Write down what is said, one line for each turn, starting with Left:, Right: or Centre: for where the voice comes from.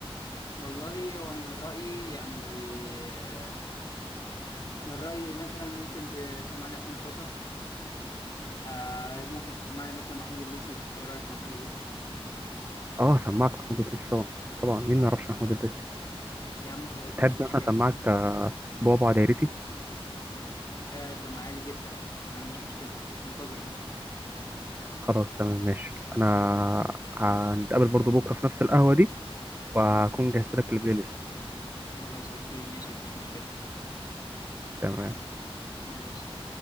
Left: والله وأنا من رأيي يعني آه، من رأيي مثلا ممكن تسمعني عصام صوصة آه ممكن تسمعني مثلا محمود الليثي إيه رأيك في محمود الليثي؟
Right: اه سمعك محمود الدريسي طبعا طبعا مين
Left: آه
Right: ما يعرفش محمود الدريسي
Left: يا عم خلاص
Right: تحب
Left: مفيش مشكلة
Right: مثلا اسمعك آه، بابا دايرتي
Left: آه سمعالي جدا ما عنديش مشكلة انتظرك
Right: خلاص تمام ماشي انا هنتقابل برضو بكره في نفس القهوه دي وهكون جهزت لك البلاي ليست
Left: خلاص أوكي ماشي مفيش مشكلة
Right: تمام
Left: ماشي